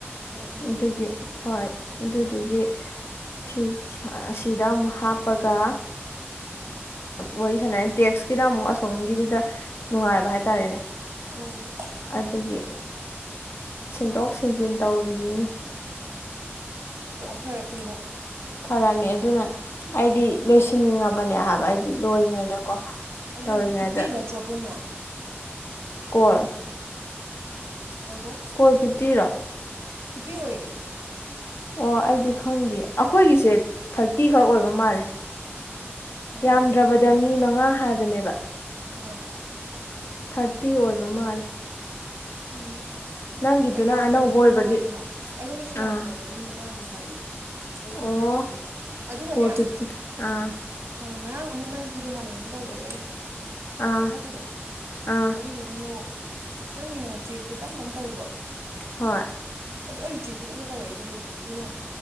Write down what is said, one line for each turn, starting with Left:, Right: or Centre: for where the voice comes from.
Right: ꯐꯔꯛꯅꯤꯅꯦ
Left: ꯑꯗꯨꯒꯤ ꯍꯣꯏ ꯑꯗꯨꯗꯨꯒꯤ ꯁꯤ ꯁꯥ ꯁꯤꯗ ꯑꯃꯨꯛ ꯍꯥꯞꯄꯒ ꯋꯥꯔꯤ ꯁꯥꯅꯦ ꯇꯦꯛꯁꯀꯤꯅ ꯑꯃꯨꯛ ꯑꯁꯣꯝꯒꯤꯗꯨꯗ ꯅꯨꯡꯉꯥꯏꯕ ꯍꯥꯏꯇꯥꯔꯦꯅꯦ
Right: ꯎꯝ
Left: ꯑꯗꯨꯒꯤ ꯁꯤꯟꯗꯣꯛ ꯁꯤꯟꯖꯤꯟ ꯇꯧꯔꯤꯅꯤꯅꯦ
Right: ꯄꯨꯔꯥ ꯐꯔꯛꯅꯤꯕ
Left: ꯐꯔꯛꯅꯤ ꯑꯗꯨꯅ ꯑꯩꯗꯤ ꯂꯣꯏꯁꯤꯟꯅꯤꯡꯉꯕꯅꯦ ꯍꯥꯏꯕ ꯑꯩꯗꯤ ꯂꯣꯏꯔꯤꯉꯩꯗꯀꯣ
Right: ꯑꯗꯨꯏ
Left: ꯇꯧꯔꯤꯉꯩꯗ
Right: ꯐꯤꯞꯇꯤ ꯅꯠꯇ꯭ꯔꯣ ꯄꯨꯟꯅ
Left: ꯀꯣꯜ
Right: ꯉꯥꯏꯈꯣ
Left: ꯀꯣꯜ ꯐꯤꯞꯇꯤꯔꯣ
Right: ꯐꯤꯞꯇꯤ ꯑꯣꯏꯌꯦ
Left: ꯑꯣ ꯑꯩꯗꯤ ꯈꯪꯗꯦ ꯑꯩꯈꯣꯏꯒꯤꯁꯦ ꯊꯥꯔꯇꯤꯈꯛ ꯑꯣꯏꯕ ꯃꯥꯜꯂꯦ
Right: ꯑꯣ
Left: ꯌꯥꯝꯗ꯭ꯔꯕ ꯗ ꯃꯤ ꯃꯉꯥ ꯍꯥꯏꯕꯅꯦꯕ
Right: ꯑꯥ
Left: ꯊꯥꯔꯇꯤ ꯑꯣꯏꯕ ꯃꯥꯜꯂꯦ
Right: ꯎꯝ
Left: ꯅꯪꯒꯤꯗꯨꯅ
Right: ꯍꯣꯏ ꯌꯥꯝꯗ꯭ꯔꯕꯗ
Left: ꯑꯅꯧꯕ ꯑꯣꯏꯕꯒꯤ
Right: ꯃꯤ ꯃꯉꯥꯗꯤ ꯍꯥ ꯑꯩꯉꯣꯟꯗꯁꯨ
Left: ꯑꯥ
Right: ꯌꯥꯝꯗ꯭ꯔꯕꯗ ꯃꯤ ꯃꯉꯥꯗꯤ ꯍꯥꯏꯌꯦ ꯑꯗꯣ ꯐꯤꯞ
Left: ꯑꯣ
Right: ꯇꯤꯗꯤ ꯍꯥꯏꯕ ꯑꯗꯨꯒꯅꯦ
Left: ꯀꯣꯜ
Right: ꯑ
Left: ꯐꯤꯐꯇꯤ ꯑꯥ
Right: ꯉꯔꯥꯡ ꯑꯃ ꯅꯪꯀꯤꯒ ꯃꯥꯟꯅꯩꯅ ꯇꯧꯕꯩꯗꯣ ꯑꯩꯅ
Left: ꯑꯥ
Right: ꯃꯊꯛꯀꯤꯗꯣ
Left: ꯑꯥ
Right: ꯑꯗꯨ ꯗꯨꯅꯃꯨꯛ ꯅꯪꯒꯤꯅ ꯆꯦꯛꯇꯣ ꯇꯝ ꯇꯝ ꯇꯧꯗ꯭ꯔꯣ
Left: ꯍꯣꯏ
Right: ꯑꯗꯣ ꯑꯩ ꯆꯦꯛ ꯈꯨꯇꯛꯇ ꯇꯧꯔꯛꯏꯗꯣ ꯀꯩꯒꯤꯅꯣ ꯑꯗꯨꯒ